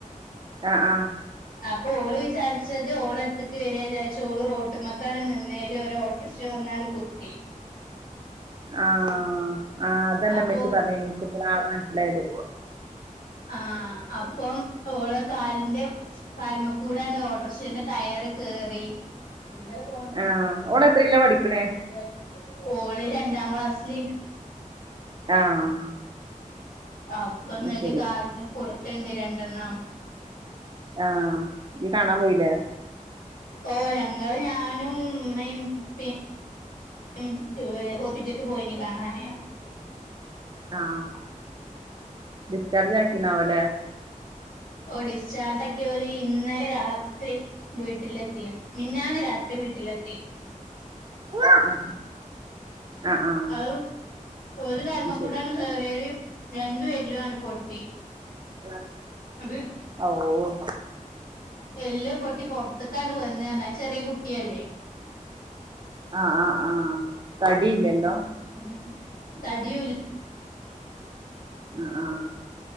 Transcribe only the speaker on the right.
ആഹ് ആഹ്
ആഹ് ആഹ് തെന്റെമ്മച്ചി
പർഞ്ഞീനി ഇൻക്ക് പ്പളാ ആളെ മൻസ്സിലായത്.
ആഹ്
ഓള് എത്രയിലാ
പഠിക്കണേ
ആഹ്
അത്
ശരി
ആഹ് ഇയ്യ് കാണാൻ പോയില്ലേ?
ആഹ് ഡിസ്ചാർജാക്കിണാവല്ലെ.
ആഹ് ആഹ്
അത് ശരി
ആ
ഔഹ്
ആഹ് ആഹ് ആഹ് തടിയില്ലല്ലോ
ആ ആഹ്